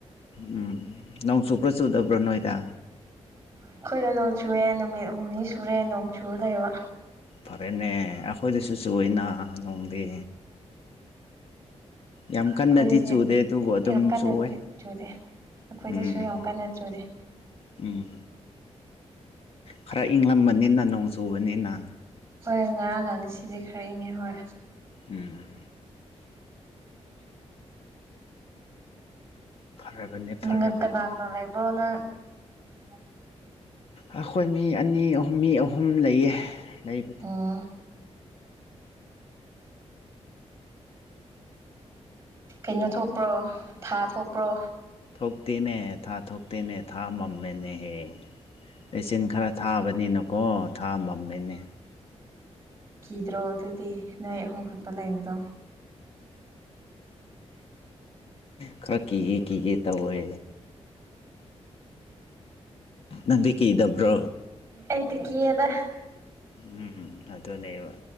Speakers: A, on the left (about 55°); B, on the right (about 20°).
A: ꯎꯝ ꯅꯣꯡ ꯆꯨꯞꯄ꯭ꯔꯥ ꯆꯨꯗꯕ꯭ꯔꯣ ꯅꯣꯏꯗ
B: ꯑꯩꯈꯣꯏꯅ ꯅꯣꯡ ꯆꯨꯨꯔꯦ ꯅꯨꯃꯤꯠ ꯍꯨꯝꯅꯤ ꯁꯨꯔꯦ ꯅꯣꯡꯆꯨꯔ ꯂꯩꯕ
A: ꯐꯔꯦꯅꯦ ꯑꯩꯈꯣꯏꯗꯁꯨ ꯆꯨꯏꯅꯥ ꯅꯨꯡꯗꯤ ꯌꯥꯝ ꯀꯟꯅꯗꯤ
B: ꯑꯩꯈꯣꯏꯗꯗꯤ
A: ꯆꯨꯗꯦ ꯑꯗꯨꯕꯨ ꯑꯗꯨꯝ
B: ꯌꯥꯝ ꯀꯟꯅꯗꯤ
A: ꯆꯨꯋꯦ
B: ꯆꯨꯗꯦ ꯑꯩꯈꯣꯏꯗꯁꯨ
A: ꯎꯝ
B: ꯌꯥꯝ ꯀꯟꯅ ꯆꯨꯗꯦ
A: ꯎꯝ ꯈꯔ ꯏꯪꯂꯝ ꯃꯥꯅꯤꯅ ꯅꯣꯡ ꯆꯨꯕꯅꯤꯅ
B: ꯍꯣꯏ ꯉꯔꯥꯡ ꯉꯥꯡꯁꯤꯗꯤ ꯈꯔ ꯏꯪꯉꯦ ꯍꯣꯏ
A: ꯎꯝ ꯐꯔꯕꯅꯦ ꯐꯔꯕꯅꯦ
B: ꯅꯉꯥꯛ ꯀꯅꯥ ꯀꯅꯥ ꯂꯩꯕ꯭ꯔꯣ ꯅꯪ <unintelligible>
A: ꯑꯩꯈꯣꯏ ꯃꯤ ꯑꯅꯤ ꯑꯍꯨꯝ ꯃꯤ ꯑꯍꯨꯝ ꯂꯩꯌꯦ ꯂꯩ
B: ꯑꯣ ꯀꯩꯅꯣ ꯊꯣꯛꯄ꯭ꯔꯣ ꯊꯥ ꯊꯣꯛꯄ꯭ꯔꯣ
A: ꯊꯣꯛꯇꯦꯅꯦ ꯊꯥ ꯊꯣꯛꯇꯦꯅꯦ ꯊꯥ ꯃꯥꯝꯃꯦꯅꯦ ꯍꯦ ꯂꯩꯆꯤꯟ ꯈꯔ ꯊꯥꯕꯅꯤꯅꯀꯣ ꯊꯥ ꯃꯝꯃꯤꯅꯦ
B: ꯀꯤꯗ꯭ꯔꯣ ꯑꯗꯨꯗꯤ ꯅꯣꯏ ꯑꯍꯨꯝ ꯈꯛꯇ ꯂꯩꯕꯗꯣ
A: ꯈꯔ ꯀꯤꯒꯦ ꯀꯤꯒꯦ ꯇꯧꯋꯦ ꯅꯪꯗꯤ ꯀꯤꯗꯥꯕ꯭ꯔꯣ
B: ꯑꯩꯗꯤ ꯀꯩꯑꯦꯗ
A: ꯎꯝ ꯑꯗꯨꯅꯦꯕ